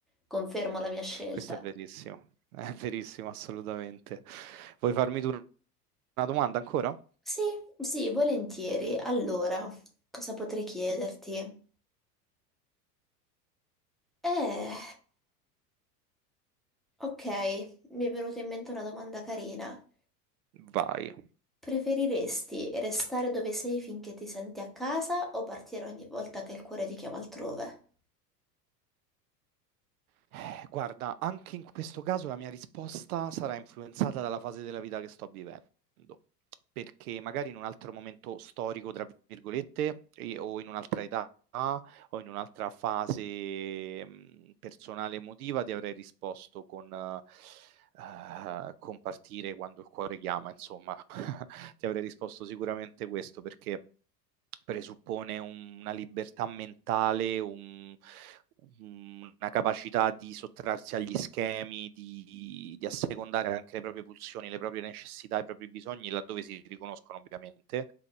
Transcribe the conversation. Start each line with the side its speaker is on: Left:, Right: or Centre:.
Centre: confermo la mia scelta.
Right: questo è verissimo, è verissimo, assolutamente. Vuoi farmi tu una domanda ancora?
Centre: Sì, sì, volentieri. Allora, cosa potrei chiederti? Eh, ok, mi è venuta in mente una domanda carina.
Right: Vai.
Centre: Preferiresti restare dove sei finché ti senti a casa o partire ogni volta che il cuore ti chiama altrove?
Right: Eh, Guarda, anche in questo caso la mia risposta sarà influenzata dalla fase della vita che sto vivendo, perché magari in un altro momento storico, tra virgolette, e- o in un'altra età o in un'altra fase mh, personale emotiva ti avrei risposto con eh, eh, compartire quando il cuore chiama, insomma, <laughs> ti avrei risposto sicuramente questo perché presuppone un- una libertà mentale, un- un- una capacità di sottrarsi agli schemi, di, di assecondare anche le proprie pulsioni, le proprie necessità, i propri bisogni, laddove si riconoscono ovviamente,